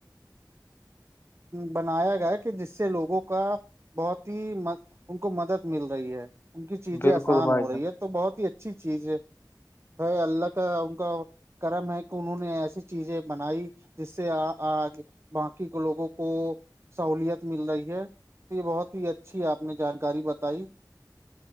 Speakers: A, on the left; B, on the right.
A: <unintelligible>
B: بنایا گیا کہ جس سے لوگوں کا بہت ہی م ان کو مدد مل رہی ہے ان کی چیزیں
A: بالکل
B: آسان
A: بھائی
B: ہو رہی
A: جان
B: ہے تو بہت ہی اچھی چیز ہے ہے اللہ کا ان کا کرم ہے کہ انہوں نے ایسی چیزیں بنائی جس سے باقی کے لوگوں کو سہولت مل رہی ہے تو یہ بہت ہی اچھی ہے آپ نے جانکاری بتائی